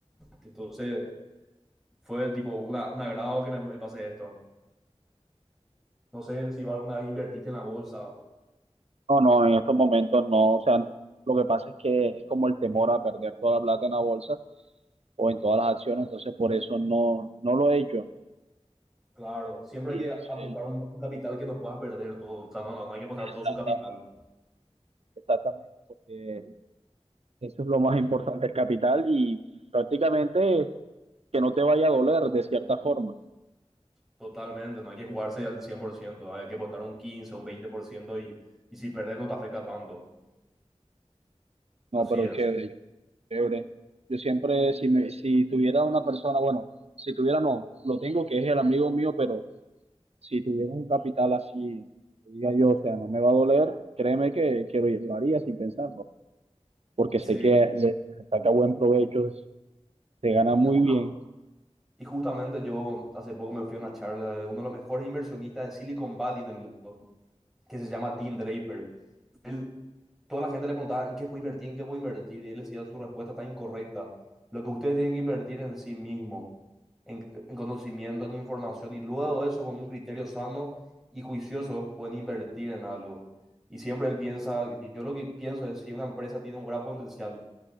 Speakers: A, in the centre; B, on the right.
A: Entonces fue tipo una, un agrado que me, me pasé esto. No sé si vos alguna vez invertiste en la bolsa.
B: No, no, en estos momentos no. O sea, lo que pasa es que es como el temor a perder toda la plata en la bolsa o en todas las acciones, entonces por eso no, no lo he hecho.
A: Claro, siempre
B: Y
A: hay
B: entonces,
A: que apostar un, un capital que no puedas perder todo. O sea, no, no, no hay que apostar
B: exacta-
A: todo su capital.
B: exactamente, porque eso es lo más importante, el capital y prácticamente que no te vaya a doler de cierta forma.
A: Totalmente, no hay que jugarse al cien por ciento hay que apostar un 15, un veinte por ciento y, y si perder no te afecta tanto.
B: No,
A: Así
B: pero
A: es.
B: chévere, chévere. Yo siempre, si, me, si tuviera una persona, bueno, si tuviera no, lo tengo que es el amigo mío, pero si tuviera un capital así, que diga yo, o sea, no me va a doler, créeme que, que lo, lo haría sin pensarlo, porque
A: Sí,
B: sé que le, le saca buen provecho, se gana muy
A: y, justa-
B: bien,
A: y justamente yo hace poco me fui a una charla de uno de los mejores inversionistas de Silicon Valley en el mundo, que se llama Tim Draper. él, toda la gente le preguntaba en qué puedo invertir, en qué puedo invertir, y él decía su respuesta está incorrecta. Lo que ustedes tienen que invertir en sí mismo, en, en conocimiento, en información, y luego de eso, con un criterio sano y juicioso, pueden invertir en algo. Y siempre él piensa, yo lo que pienso es si una empresa tiene un gran potencial